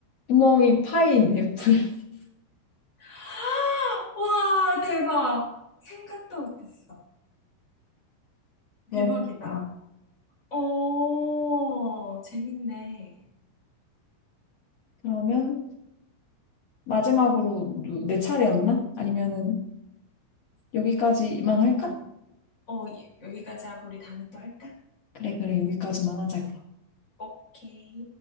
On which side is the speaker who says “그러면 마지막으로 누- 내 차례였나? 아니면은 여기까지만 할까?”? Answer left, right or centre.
Left